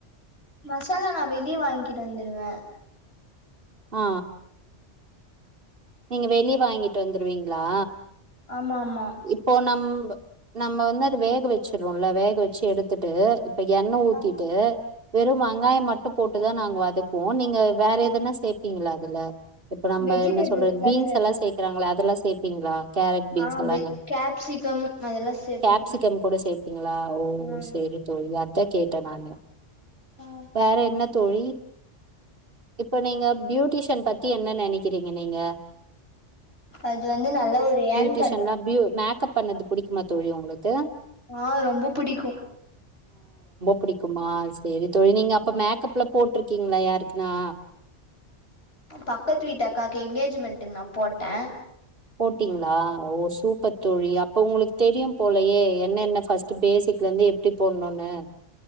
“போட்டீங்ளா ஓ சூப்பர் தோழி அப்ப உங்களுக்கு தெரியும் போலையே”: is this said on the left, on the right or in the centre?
Right